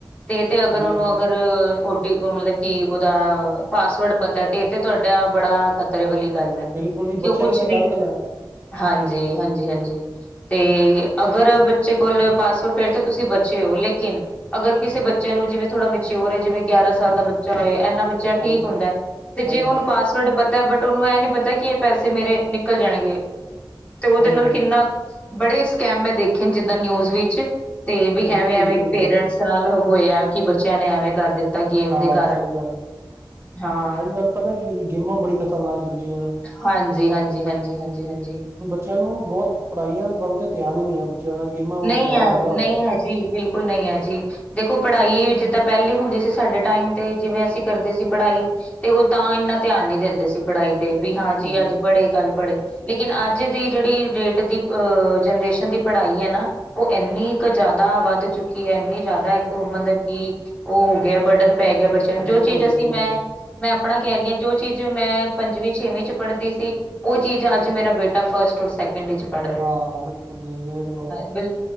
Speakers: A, on the left; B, on the right.
A: ਤੇ ਤੇ ਅਗਰ
B: ਸਹੀ
A: ਉਹਨੂੰ
B: ਗੱਲ
A: ਅਗਰ ਓਟੀ--ਮਤਲਬ ਕਿ ਉਹਦਾ ਪਾਸਵਰਡ ਪਤਾ ਤੇ ਇਹ ਤੇ ਤੁਹਾਡਾ ਬੜਾ ਖ ਤਰੇ ਵਾਲੀ ਗੱਲ ਹੈ,
B: ਬਿਲਕੁਲ ਜੀ
A: ਕਿ
B: ਬੱਚਿਆਂ
A: ਉਹ ਕੁਛ
B: ਨੇ ਤਾਂ
A: ਵੀ
B: ਕਰ ਦੇਣਾ
A: ਹਾਂਜੀ, ਹਾਂਜੀ-ਹਾਂਜੀ। ਤੇ ਅਗਰ ਬੱਚੇ ਕੋਲ ਪਾਸਵਰ ਫਿਰ ਤਾਂ ਤੁਸੀਂ ਬਚੇ ਹੋ, ਲੇਕਿਨ ਅਗਰ ਕਿਸੇ ਬੱਚੇ ਨੂੰ ਜਿਵੇਂ ਥੋੜਾ ਮੀਚਿਓਰ ਏ, ਜਿਵੇਂ ਗਿਆਰਾਂ ਸਾਲ ਦਾ ਬੱਚਾ ਹੋਏ ਐਨਾ ਬੱਚਾ
B: ਹਾਂਜੀ
A: ਠੀਕ ਹੁੰਦੈ।
B: ਹਾਂਜੀ,
A: ਜੀ ਉਹਨੂੰ ਪਾਸਵਰਡ ਪਤਾ, ਬਟ ਉਹਨੂੰ ਐ ਨੀ ਪਤਾ ਕਿ ਇਹ ਪੈਸੇ ਮੇਰੇ ਨਿਕਲ ਜਾਣਗੇ। ਤੇ ਉਹਦੇ
B: ਹਾਂਜੀ-ਹਾਂਜੀ,
A: ਨਾਲ ਕਿੰਨਾ--ਬੜੇ ਸਕੈਮ ਮੈਂ ਦੇਖੇਨ ਜਿੱਦਾਂ ਨਿਊਜ਼ ਵਿੱਚ। ਤੇ ਵੀ
B: ਬਿਲਕੁਲ
A: ਐਵੇਂ-ਐਵੇਂ
B: ਜੀ ਬਿਲਕੁਲ।
A: ਪੇਰੈਂਟਸ ਨਾਲ ਹੋਇਆ, ਕਿ ਬੱਚਿਆਂ ਨੇ ਐਵੇਂ ਕਰ ਦਿੱਤਾ। ਗੇਮ
B: ਹਾਂ,
A: ਦੇ ਕਾਰਨ।
B: ਸਹੀ ਗੱਲ ਏ,
A: ਹਾਂ,
B: ਅਜ-ਕੱਲ ਪਤਾ ਕੀ ਸੀ, ਗੇਮਾਂ ਬੜੀ ਖ਼ਤਰਨਾਕ ਚੱਲਦੀਆਂ।
A: ਹਾਂਜੀ-ਹਾਂਜੀ, ਹਾਂਜੀ, ਹਾਂਜੀ, ਹਾਂਜੀ।
B: ਚਿਆਂ ਨੂੰ ਬਹੁਤ ਪੜ੍ਹਾਈਆਂ ਵੱਲ ਤੇ ਧਿਆਨ ਹੀ ਨੀ ਹੈ। ਜ਼ਿਆਦਾ ਗੇਮਾਂ ਵੱਲ
A: ਨਹੀਂ
B: ਧਿਆਨ
A: ਆਂ,
B: ਜ਼ਿਆਦਾ ਹੋਇਆ
A: ਨਹੀਂ
B: ਦਾ।
A: ਹੈ ਜੀ, ਬਿਲਕੁਲ, ਨਹੀਂ ਹੈ ਜੀ। ਦੇਖੋ ਪੜ੍ਹਾਈ, ਜਿੱਦਾਂ ਪਹਿਲੇ ਹੁੰਦੀ ਸੀ ਸਾਡੇ ਟਾਈਮ ਤੇ, ਜਿਵੇਂ ਅਸੀਂ ਕਰਦੇ ਸੀ ਪੜ੍ਹਾਈ। ਤੇ ਉਹ ਤਾਂ ਇੰਨਾ ਧਿਆਨ ਨਹੀਂ ਦਿੰਦੇ ਸੀ ਪੜ੍ਹਾਈ ਤੇ, ਵੀ ਹਾਂ, ਜੀ
B: ਹਾਂਜੀ,
A: ਅੱਜ ਪੜੇ, ਕੱਲ‌ ਪੜ੍ਹੇ ਲੇਕੀਨ ਅੱਜ ਦੀ ਜਿਹੜੀ ਡੇਟ ਦੀ, ਅਂ ਜਨਰੇਸ਼ਨ ਦੀ ਪੜ੍ਹਾਈ ਹੈ ਨਾ ਉਹ ਇੰਨੀ ਕ ਜ਼ਿਆਦਾ ਵੱਧ ਚੁੱਕੀ ਹੈ, ਇੰਨੀ ਜ਼ਿਆਦਾ ਉਹ ਮਤਲਬ ਕੀ ਉਹ ਹੋ ਗਿਆ ਬਰਡਨ ਪੈ ਗਿਆ ਬੱਚਿਆਂ ਨੂੰ
B: ਬਿਲਕੁਲ-ਬਿਲਕੁਲ
A: ਜੋ ਚੀਜ਼ ਅਸੀਂ ਮੈਂ
B: ਜੀ,
A: ਮੈਂ ਆਪਣਾ ਕਹਿ ਰਹੀ ਹਾਂ ਜੋ ਚੀਜ਼ ਮੈਂ ਪੰਜਵੀਂ ਛੇਵੀਂ ਚ ਪੜ੍ਹਦੀ ਸੀ। ਉਹ ਚੀਜ਼ ਅੱਜ ਮੇਰਾ ਬੇਟਾ ਫਸਟ ਔਰ ਸੈਕਿੰਡ ਵਿੱਚ ਪੜ੍ਹ ਰਿਹਾ।
B: ਹਾਂ ਬਿਲਕੁਲ ਜੀ, ਦੇਖ ਲੋ।
A: ਬਕ